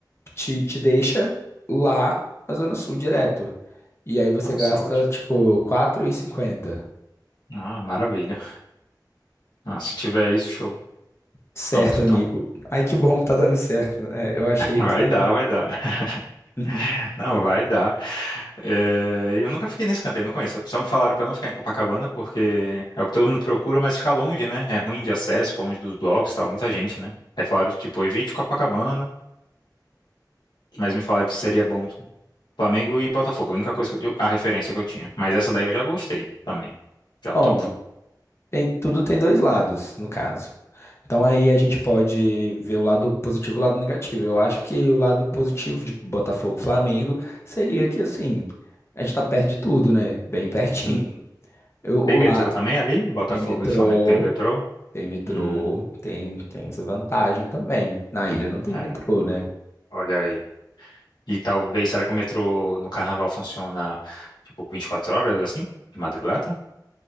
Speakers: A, on the left; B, on the left.
A: te, te deixa lá na Zona Sul direto. E aí você
B: Nossa,
A: gasta,
B: ótimo.
A: tipo, quatro e cinquenta,
B: Ah, maravilha. Ah, se tiver isso, show.
A: Certo,
B: Pronto,
A: amigo.
B: então
A: Ai, que bom que tá dando certo. É, eu achei
B: <laughs> Vai
A: que.
B: dar, vai dar.
A: <laughs>
B: <laughs> Não, vai dar. É, eu nunca fiquei nesse canto, eu não conheço. Só me falaram pra não ficar em Copacabana, porque é o que todo mundo procura, mas fica longe, né? É ruim de acesso, fica longe dos blocos, e tal, muita gente, né? Aí falaram, tipo, evite Copacabana, mas me falaram que seria bom Flamengo e Botafogo, a única coisa que eu, a referência que eu tinha. Mas essa daí eu já gostei também. Já
A: Bom,
B: topo.
A: tem- tudo tem dois lados, no caso. Então aí a gente pode ver o lado positivo e o lado negativo. Eu acho que o lado positivo de Botafogo e Flamengo seria que assim, a gente tá perto de tudo, né? Bem pertinho.
B: Uhum.
A: Eu, o
B: Tem metrô
A: lá
B: também ali? Botafogo
A: tem metrô,
B: e Flamengo tem metrô?
A: tem metrô,
B: Hum,
A: tem, tem essa vantagem também. Na ilha não tem
B: é,
A: metrô, né?
B: olha aí. E talvez, será que o metrô no carnaval funciona tipo 24 horas assim? De madrugada?